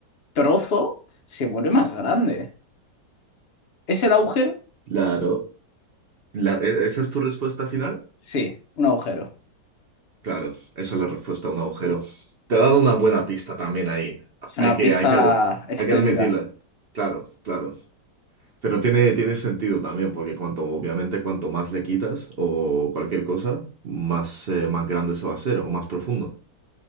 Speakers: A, on the left (about 75°); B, on the right (about 55°).
A: trozo, se vuelve más grande. ¿Es el agujero?
B: claro. La- ¿e- ¿esa es tu respuesta final?
A: Sí, un agujero.
B: Claro, esa es la respuesta a un agujero. Te ha dado una buena pista también ahí.
A: Es una
B: Hay que,
A: pista
B: hay que, ad-
A: espléndida.
B: hay que admitirla. Claro, claro. Pero tiene, tiene sentido también, porque cuanto, obviamente, cuanto más le quitas o cualquier cosa, más, eh, más grande se va a hacer o más profundo.